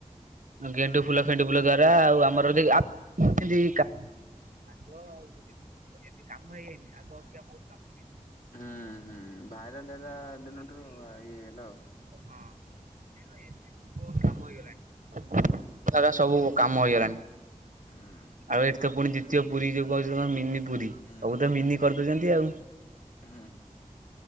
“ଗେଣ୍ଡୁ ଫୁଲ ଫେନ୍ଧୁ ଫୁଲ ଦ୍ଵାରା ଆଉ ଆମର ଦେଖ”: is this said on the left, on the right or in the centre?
Right